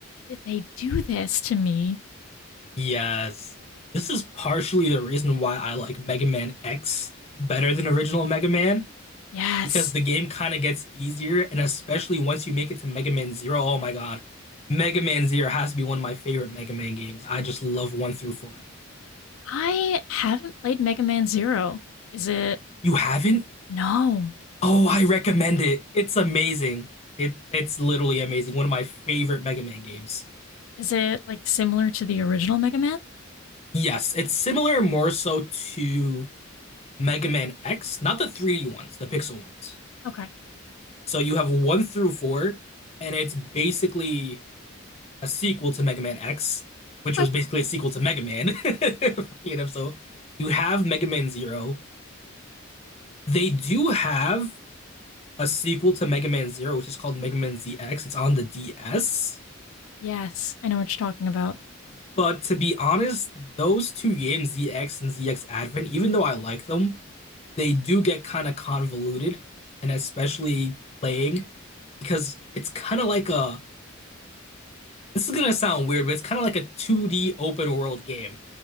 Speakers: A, on the left (about 70°); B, on the left (about 30°).
A: did they do this to me
B: Yes. This is partially the reason why I like Mega Man X better than original Mega Man,
A: yes
B: because the game kind of gets easier, and especially once you make it to Mega Man Zero, oh my God. Mega Man Zero has to be one of my favorite Mega Man games. I just love one through four.
A: i haven't played mega man 0 is it
B: You haven't?
A: no
B: Oh, I recommend it. It's amazing. It it's literally amazing. One of my favorite Mega Man games.
A: is it like similar to the original mega man
B: Yes, it's similar more so to Mega Man X, not the 3D ones, the pixel ones.
A: okay
B: So you have one through four, and it's basically a sequel to Mega Man X, which
A: okay
B: was basically a sequel to Mega Man. <laughs> Funny enough, so you have Mega Man Zero. They do have a sequel to Mega Man Zero, which is called Mega Man ZX. It's on the DS.
A: yes i know what you're talking about
B: But to be honest, those two games, ZX and ZX Advent, even though I like them, they do get kind of convoluted, and especially playing because it's kind of like a This is gonna sound weird, but it's kind of like a 2D open world game.